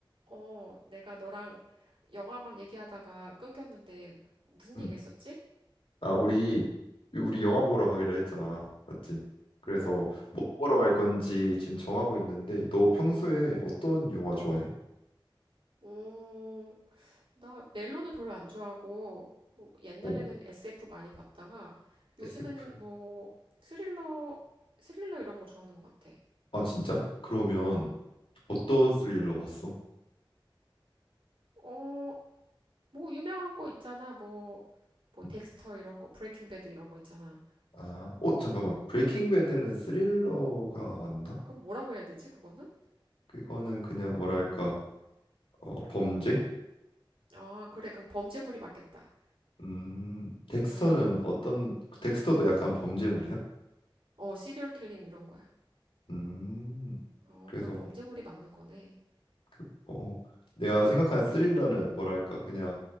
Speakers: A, on the right; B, on the left.
A: 어, 내가 너랑 영화 막 얘기하다가 끊겼는데 무슨
B: 음.
A: 얘기 했었지?
B: 아, 우리 우리 영화 보러 가기로 했잖아. 맞지? 그래서
A: 어,
B: 뭐 보러 갈 건지 지금 정하고 있는데 너 평소에 어떤 영화 좋아해?
A: 어, 나 멜로는 별로 안 좋아하고 어, 옛날에는
B: 어.
A: SF 많이 봤다가 요즘에는
B: SF.
A: 뭐 스릴러, 스릴러 이런 거 좋아하는 것 같아.
B: 아, 진짜? 그러면
A: 음,
B: 어떤 스릴러 봤어?
A: 어, 뭐 유명한 거 있잖아. 뭐, 뭐
B: 음.
A: 덱스터 이런 거, 브레이킹 배드 이런 거 있잖아.
B: 아, 어, 잠깐만. 브레이킹 배드는 스릴러가 맞나?
A: 그럼 뭐라고 해야 되지, 그거는?
B: 그거는 그냥 뭐랄까? 어, 범죄?
A: 아, 그래. 그럼 범죄물이 맞겠다.
B: 음. 덱스터는
A: 응, 응.
B: 어떤 덱스터도 약간 범죄물이야?
A: 어, 시리얼 킬링 이런 거야.
B: 음.
A: 어,
B: 그래서
A: 그럼 범죄물이 맞는 거네.
B: 그, 어, 내가 생각하는 스릴러는 뭐랄까 그냥